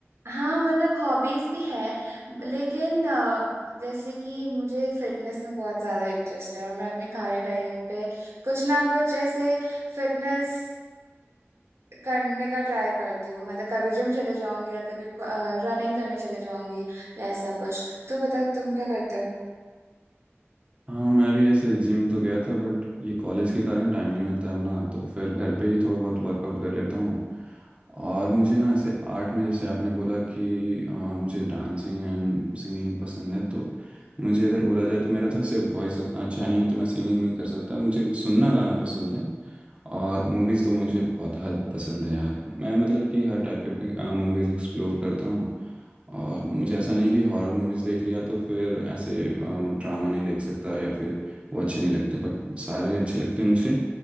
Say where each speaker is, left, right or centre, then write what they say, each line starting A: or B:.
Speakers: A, on the right; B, on the right.
A: हाँ मतलब हॉबीज भी है लेकिन अ, जैसे कि मुझे फिटनेस में बहुत ज्यादा इंटरेस्ट है और मैं अपने खाली टाइम पे कुछ ना कुछ ऐसे फिटनेस करने का ट्राई करती हूँ मतलब कभी जिम चले जाऊंगी या कभी रनिंग करने चले जाऊंगी या ऐसा कुछ तू बता तुम क्या करते हो
B: हाँ मैं भी ऐसे जिम तो गया था बट ये कॉलेज के कारण टाइम नहीं मिलता है अब ना तो फिर घर पे ही थोड़ा बहुत वर्कआउट कर लेता हूँ और मुझे ना ऐसे आर्ट में जैसे आपने बोला कि अ, मुझे डांसिंग एंड सिंगिंग पसंद है तो मुझे अगर बोला जाए तो मेरा तो ऐसे वॉइस उतना अच्छा नहीं है तो मैं सिंगिंग नहीं कर सकता मुझे सुनना गाना पसंद है और मूवीज़ तो मुझे बहुत हद पसंद है यार मैं मतलब कि हर टाइप के मूवीज़ एक्सप्लोर करता हूँ और मुझे ऐसा नहीं कि हॉरर मूवीज़ देख लिया तो फिर ऐसे ड्रामा नहीं देख सकता या फिर वो अच्छे नहीं लगते बट सारे अच्छे लगते हैं मुझे